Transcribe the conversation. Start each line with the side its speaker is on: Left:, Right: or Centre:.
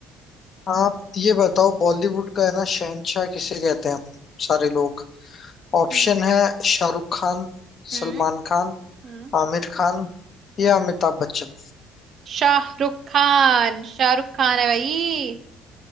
Left: आप ये बताओ बॉलीवुड का है ना शहनशाह किसे कहते हैं सारे लोग ऑप्शन
Right: हम्म
Left: है शाहरुख खान
Right: हम्म
Left: सलमान खान
Right: हम्म
Left: आमिर खान या अमिताभ बच्चन
Right: शाहरुख खान शाहरुख खान है भाई